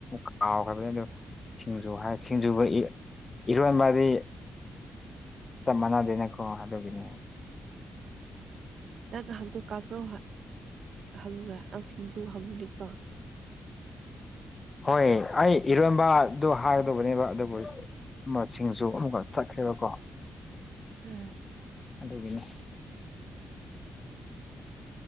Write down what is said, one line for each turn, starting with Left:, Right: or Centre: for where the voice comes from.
Left: ꯀꯥꯎꯈ꯭ꯔꯕꯅꯤ ꯑꯗꯨ ꯁꯤꯡꯖꯨ ꯍꯥꯏ ꯁꯤꯡꯖꯨꯕꯨ ꯏꯔꯣꯟꯕꯗꯤ ꯆꯞ ꯃꯥꯟꯅꯗꯦꯅꯀꯣ ꯑꯗꯨꯒꯤꯅꯦ
Right: ꯅꯪ ꯉꯥꯏꯍꯥꯛꯇꯣ ꯀꯥꯡꯉꯧ ꯍꯪꯕ꯭ꯔꯥ ꯑꯪ ꯁꯤꯡꯖꯨ ꯍꯪꯉꯨꯅꯤꯀꯣ <unintelligible>
Left: ꯍꯣꯏ ꯑꯩ ꯏꯔꯣꯟꯕꯗꯨ ꯍꯥꯏꯒꯗꯧꯕꯅꯦꯕ ꯑꯗꯨꯕꯨ ꯃꯁꯤꯡꯁꯨ ꯑꯃꯨꯛꯀ ꯆꯠꯈ꯭ꯔꯦꯕꯀꯣ
Right: ꯑꯥ
Left: ꯑꯗꯨꯒꯤꯅꯤ